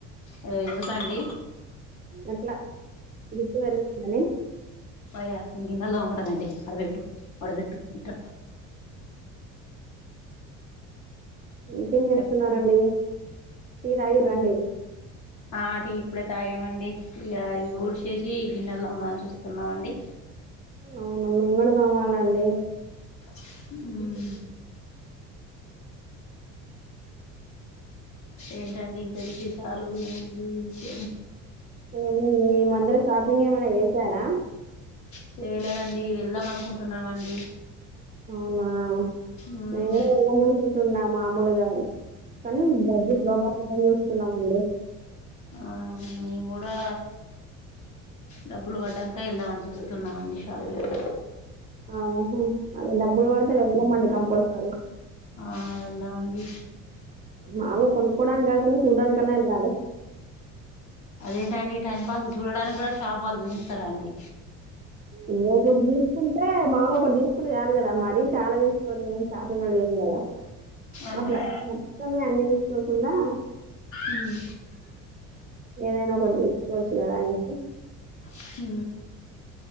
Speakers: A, on the left; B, on the right.
A: అయో ఎందుకండి
B: అట్లా గుతి పెరగాం అని
A: పయ నింగిన్నలో తోముకుంట అండి అడవ పెట్టు అడ పెెట్టు ఇట
B: ఇంకేం చేస్తున్నారంండి
A: చెప్పండి
B: టీ తగి రండి
A: ఏం ఆ అటి ఇప్పుడే తాగామండి ఇవి ఊడిచేసి గిన్నెల్లో తోందాం అని చూస్తున్నామండి
B: అవునమ్ మీ కూడా తోవాలండి
A: అ ఏంటండి ఇంకా విశేషాలు ఏంటి విషయం
B: ఏమంది ఇమదర షాపింగ్ ఏమైనా చేసారా
A: చేయలేదండి వెళ్దాం అనుకుంటున్నామండి
B: అవునా
A: ఉమ్
B: మేను కూడా వెళ్ళామనుకుంటున్నా మామూలుగా కానీ బడ్జెట్ లోబాలుని చూస్తున్నామండి
A: ఆ మీేను కూడా డబ్బులు పడ్డాక వెళ్దామని చూస్తున్నామండి షాపింగ్ త
B: ఆహ అదే డబ్బులు వాడితే వెళ్దమండి కంపల్సరీ
A: ఆ వెల్దామంది
B: మావలుగా కొనుక్కోడానికి కాకుండా చూడ్డానికన్నా వెళ్ళాల్దమండి
A: అదేంటండి ఈ టైం పాస్ చూడడానికి కూడా షాప్ వాలు చూపిస్తారా అండి
B: ఇంొ ఒకటి తీసుకుంటే మామలుగా ఒకటి తీసుకుంట చలు కదా మరీ చాలా తీసుకొని షాపిింగ్ కూడా చెయంకదా
A: ఆహా
B: అట్లా మొత్తమే అన్ని తీసుకోకుండా
A: ఉమ్
B: ఏదైనా ఒకటి తీసుకోవచ్చు కదా అనేసి
A: హ